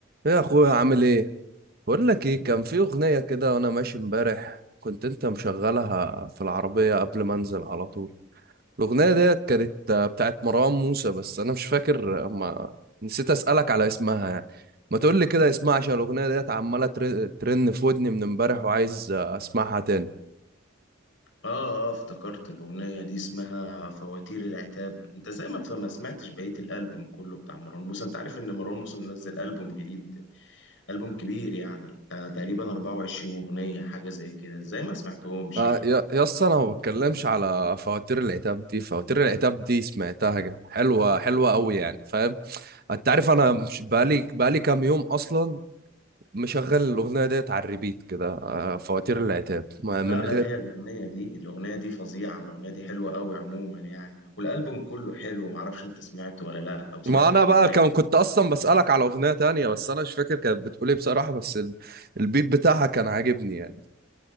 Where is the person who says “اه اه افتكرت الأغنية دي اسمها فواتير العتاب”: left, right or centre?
Left